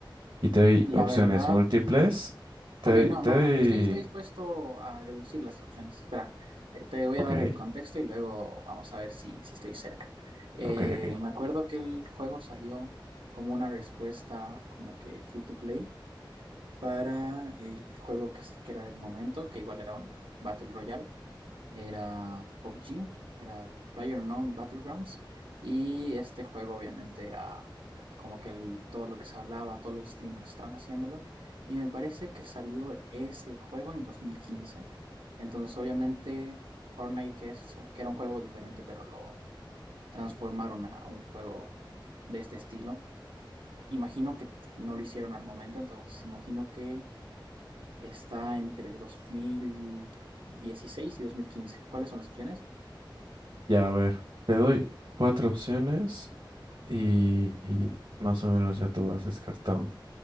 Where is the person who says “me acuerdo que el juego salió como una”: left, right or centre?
Right